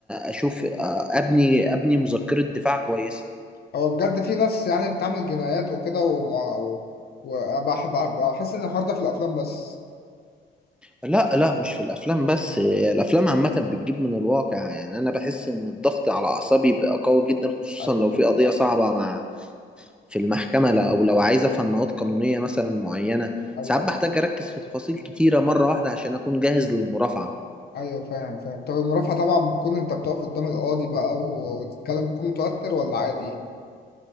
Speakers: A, in the centre; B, on the left.
A: اشوف آه، ابني ابني مذكره دفاع كويسه
B: هو بجد في ناس يعني بتعمل جنايات وكده ومع- و- وبحب بحس ان الحوار ده في الافلام بس
A: لا لا مش في الافلام بس الافلام عامه بتجيب من الواقع يعني انا بحس ان الضغط على اعصابي بقى قوي جدا خصوصا
B: ايوه
A: لو في قضيه صعبه مع في المحكمه لو- او لو عايز افهم مواد قانونيه مثلا معينه
B: ايوه
A: ساعات بحتاج اركز في تفاصيل كتيره مره واحده عشان اكون جاهز للمرافعه
B: ايوه فاهم فاهم طب المرافعه طبعا بتكون انت بتقف قدام القاضي بقى و- والكلام بيكون متوتر ولا عادي